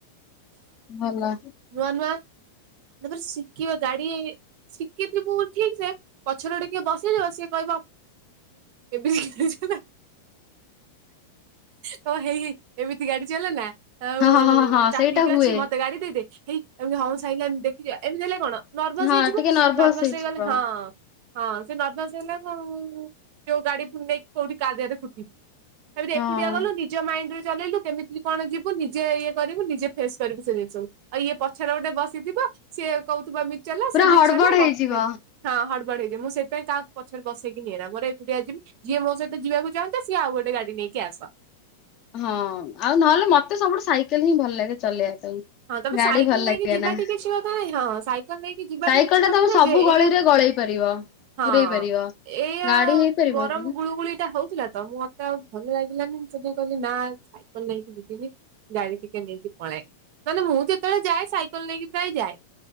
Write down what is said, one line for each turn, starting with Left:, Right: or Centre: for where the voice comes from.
Left: ଭଲ।
Right: ନୂଆ ନୂଆ ତାପରେ ଶିଖିବ ଗାଡି ଶିଖିଥିବୁ କି ସେ ପଛରେ ଗୋଟେ କିଏ ବସ <unintelligible> ସଏ କହିବ କେବେ ତ ହେଇ ଏମିତି ଗାଡି ଚାଲେ ନା। ଆଉ
Left: ହଁ ହଁ ହଁ ହଁ
Right: ଟ୍ରାଫିକ୍
Left: ସେଇଟା ହୁଏ
Right: ଅଛି ମତେ ଗାଡି ଦେଇଦେ ହେଇ ଏମିତି <unintelligible> ଦେଖି ଏମିତି ହେଲେ କଣ ନର୍ଭସ
Left: ହଁ
Right: ହେଇଯିବ
Left: ଟିକେ
Right: ନର୍ଭସ
Left: ହେଇଯିବ।
Right: ହେଇଗଲେ ହଁ। ହଁ ସେ ନର୍ଭସ ହେଲା କଣ ଯୋଉ ଗାଡି ଫୁ ନେଇକି କୋଉଠି କା ଦିଅରେ କୁଟିବି। ତାପରେ
Left: ହଁ।
Right: ଏକୁଟିଆ ଗଲୁ ନିଜ ମାଇଣ୍ଡ ରେ ଚଲେଇଲୁ କେମିତି କଣ ଯିବୁ ନିଜେ ଇଏ କରିବୁ ନିଜେ ଫେସ୍‌ କରିବୁ ସେ ଜିନିଷକୁ ଆଉ ଇଏ ପଛରେ ଗୋଟେ ବସିଥିବ ସିଏ କହୁଥିବ ଏମିତି ଚଲା
Left: ପୁରା
Right: ସେମିତି
Left: ହଡବଡ
Right: ଚଲା ମତେ
Left: ହେଇଯିବ।
Right: ହଁ ହଡବଡ ହେଇ ଯିବି ମୁଁ ସେ କାଇଁ କାହାକୁ ପଛରେ ବସେଇକି ନିଏନା, ମୋର ଏକୁଡିଆ ଯିବି। ଯିଏ ମୋ ସହିତ ଯିବାକୁ ଚାହୁଁଛ ସିଏ ଆଉ ଗୋଟେ ଗାଡି ନେଇକି ଆସ।
Left: ହଁ ଆଉ ନହେଲେ ମତେ ସବୁଠୁ ସାଇକେଲ ହିଁ ଭଲ ଲାଗେ ଚଲେଇବା ପାଇଁ।
Right: ହଁ ତାପ
Left: ଗାଡି
Right: ସାଇକେଲ
Left: ଭଲ
Right: ନେଇକି
Left: ଲାଗେ
Right: ଯିବାଠି
Left: ନା
Right: କିଛି କଥା ନାଇଁ ହଁ ସାଇକେଲ ନେଇକି କି ଯିବାଠି
Left: ସାଇକେଲ
Right: କିଛି
Left: ଟା
Right: କଥା
Left: ତମେ
Right: ନାଇଁ
Left: ସବୁ
Right: ଯେ
Left: ଗଳିରେ
Right: ଏଇଆ
Left: ଗଳେଇ ପାରିବ।
Right: ହଁଅ
Left: ପୁରେଇ ପାରିବ
Right: ଏଇଆ
Left: ଗାଡି ହେଇପାରିବ
Right: ଗରମ
Left: କି
Right: ଗୁଳୁ ଗୁଳିଟା ହଉଥିଲା ତ ମୋ ତେ ଆଉ ଭଲ ଲାଗିଲାନି, ମୁଁ ସେଥିପାଇଁ କହିଲି ନା ସାଇକେଲ ନେଇକି ଯିବିନି ଗାଡି ଟିକେ ନେଇକି ପଳାଏ। ନହେନ ମୁଁ ଯେତେବେଳେ ଯାଏ ସାଇକେଲ ନେଇକି ପ୍ରାୟ ଯାଏ।